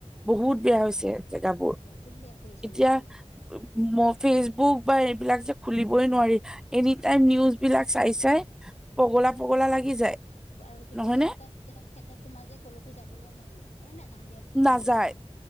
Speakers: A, in the centre; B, on the left.
A: বহুত বেয়া হৈছে জেগাবোৰ।
B: বহুত বেয়া কৰিছে
A: এতিয়া
B: মানে
A: ম ফেচবুক বা এইবিলাক যে খুলিবই নোৱাৰি এনিটাইম নিউজ বিলাক চাই-চাই, পগলা-পগলা লাগি যায়।
B: আৰু তেনেকুৱা
A: নহয়নে
B: তেনেকা ক্ষেত্ৰত তোমাৰ যে কলৈকো যাবলৈও মন নাযায়, এ নাযাওঁ দিয়া ফুৰিবলৈ।
A: নাযায়,